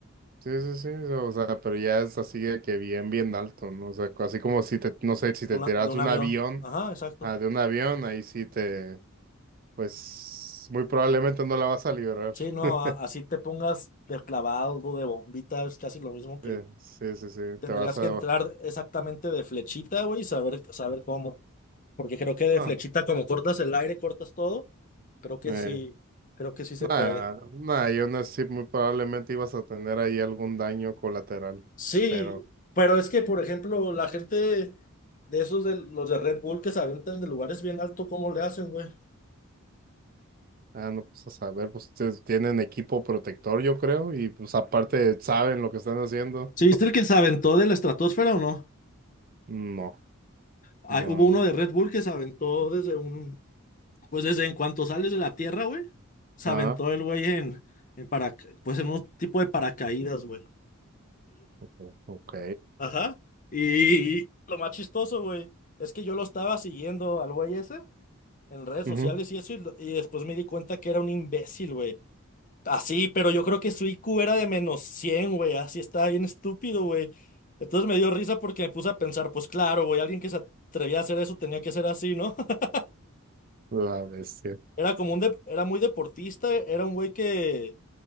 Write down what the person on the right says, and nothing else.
sí, sí, sí, o sea, pero ya es así de que bien, bien alto, ¿no? O sea, así como si te, no sé, si
te
tiras
de
un avión,
ah, de un avión, ahí sí te, pues, muy probablemente no la vas a liberar.
<laughs>
Sí,
sí, sí, sí,
te vas a...
No.
eh,
Nada,
nada, yo nací muy probablemente ibas a tener ahí algún daño colateral,
pero
ah, no pues a saber, pues ustedes tienen equipo protector, yo creo, y pues aparte saben lo que están haciendo.
No,
no,
ah,
o- ok,
ujú,
La bestia,